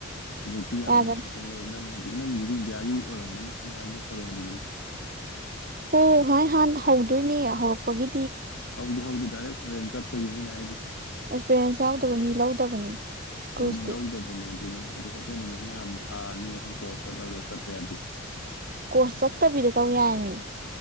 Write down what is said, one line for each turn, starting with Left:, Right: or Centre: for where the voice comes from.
Left: ꯑꯗꯨ ꯇꯤꯅ
Right: ꯌꯥꯕꯅꯤ
Left: ꯄ ꯅꯪ ꯅꯪꯗꯨꯗꯤ ꯏꯟꯗꯤꯌꯥꯒꯤ ꯑꯣꯏꯔꯝꯒꯅꯤ ꯑꯩ ꯍꯥꯏꯅ ꯐꯣꯔꯦꯟꯒꯤꯅꯤ
Right: ꯑꯣ ꯍ ꯍꯥꯟ ꯍ ꯑꯗꯨꯣꯏꯅꯦ ꯍꯧꯔꯛꯄꯒꯤ
Left: ꯍꯧꯗꯤ ꯍꯧꯗꯤ ꯗꯥꯏꯔꯦꯛ ꯐꯣꯔꯦꯟ ꯆꯠꯄꯒꯤꯅꯤ ꯑꯩꯅ ꯍꯥꯏꯗꯤ
Right: ꯑꯦꯛꯁꯄꯤꯔꯤꯌꯦꯦꯟꯁ ꯌꯥꯎꯗꯕ ꯃꯤ ꯂꯧꯗꯕꯅꯦ ꯀ꯭ꯔꯨꯁꯇꯤ
Left: ꯑꯗꯨꯅꯦ ꯂꯧꯗꯕꯅꯦ ꯑꯗꯨꯅꯦ ꯑꯗꯨ ꯍꯣꯠꯇꯃꯤꯟꯅ ꯑꯉꯥꯟ ꯊꯥ ꯑꯅꯤ ꯑꯍꯨꯝ ꯀꯣꯔꯁ ꯆꯠꯂꯒ ꯆꯠꯄꯦ ꯌꯥꯗꯤ
Right: ꯀꯣꯔꯁ ꯆꯠꯇꯕꯤꯗ ꯇꯧ ꯌꯥꯏꯃꯤ